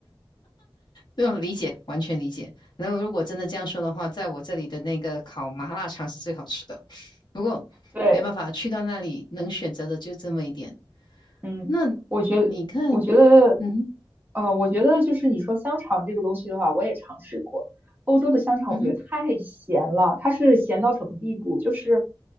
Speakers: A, on the left; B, on the right.
A: 嗯，理解，完全理解。然后如果真的这样说的话，在我这里的那个烤麻辣肠是最好吃的。不过没办法，
B: 对。
A: 去到那里能选择的就这么一点。
B: 嗯，
A: 那
B: 我觉得，
A: 你看，
B: 我觉得，
A: 嗯哼
B: 呃，我觉得就是你说香肠这个东西的话，我也尝试过。欧洲的香肠我觉得太咸了，
A: 嗯哼，
B: 它是咸到什么地步？就是